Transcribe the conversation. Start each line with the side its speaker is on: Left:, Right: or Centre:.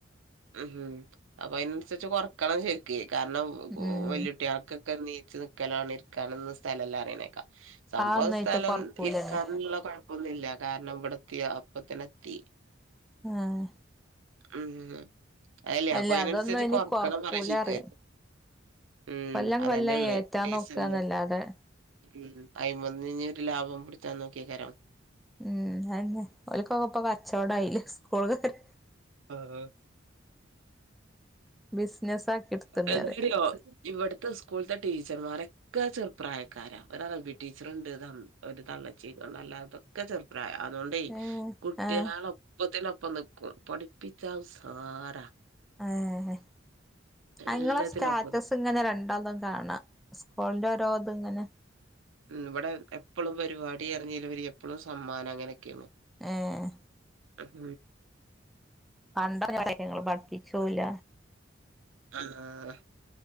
Right: ഉം അപ്പൊ അയ്ന് അനുസരിച്ച് കൊറക്കണം ശെരിക്ക് കാരണം
Centre: ഉം
Right: വല്യകുട്ടിയാൾക് ക്കെ നീച്ചു നിക്കലാണ് ഇരിക്കാനൊന്നും സ്ഥലം ഇല്ല പറയണേക്കാ സംഭവും
Centre: ആ ഒന്നായിറ്റ
Right: സ്ഥലം
Centre: കൊറക്കൂലന്നെ
Right: ഇരിക്കാനുള്ള കൊഴപ്പൊന്നുയില്ല കാരണം ഇവിടെത്തി അപ്പത്തിനെത്തി
Centre: ആഹ
Right: ഉം അല്ലേ
Centre: അല്ല
Right: അപ്പൊ അതിന്
Centre: അതൊന്നും
Right: അനുസരിച്ച്
Centre: ഇനി
Right: കൊറക്കണം
Centre: കൊറക്കൂല
Right: പറയാ ശീറ്റ്.
Centre: അറിയാം
Right: ഉം
Centre: കൊല്ലം
Right: അതന്നെയ്ള്ളെ
Centre: കൊല്ലം ഏറ്റാൻ
Right: ഡീസൽന്
Centre: നോക്കാന്നല്ലാതെ
Right: ഉ അയ്മെന്ന് ഇനി ഒരു ലാഭം പിടുത്താൻ നോക്കെ കാരം
Centre: ഉം അതന്നെ ഒലക്കോക്കപ്പൊ കച്ചോടായില്ലേ സ്കൂൾ കാര്
Right: ആ അഹ്
Centre: ബിസിനസ് ആക്കി എടുത്ത്ണ്
Right: എന്തോ
Centre: പറയാ
Right: അറിയോ ഇവിടത്തെ സ്കൂള്ത്തെ ടീച്ചർമാരെ ഒകെ ചെറുപ്രായക്കാര ഒരു അറബി ടീച്ചറുണ്ട് ഒരു തള്ളച്ചീ അഹ് അല്ലാത്ത ഒക്കെ ചെറുപ്രായാ അതുകൊണ്ടയ്
Centre: ഏഹ്
Right: കുട്ടിയാളെ
Centre: ആഹ്
Right: ഒപ്പത്തിനൊപ്പം നിക്കും പഠിപ്പിക്കാൻ ഉസാറാ
Centre: ആഹ
Right: എല്ലാത്തിനും
Centre: ആ ഇങ്ങളെ സ്റ്റാറ്റസ്
Right: ഒപ്പം നിക്കും
Centre: ഇങ്ങനെ രണ്ടാൾതും കാണാം സ്കൂളിന്റെ ഓരോ ഇത് ഇങ്ങനെ
Right: ഉ ഇവിടെ എപ്പോളും പരിവാടി പറിഞ്ഞാലും ഉപരി എപ്പോഴും സമ്മാനം അങ്ങനെയൊക്കെയാണ്.
Centre: ഏഹ
Right: ഉം
Centre: കണ്ട കാര്യങ്ങള്പഠിപ്പിച്ചൂല
Right: ആഹ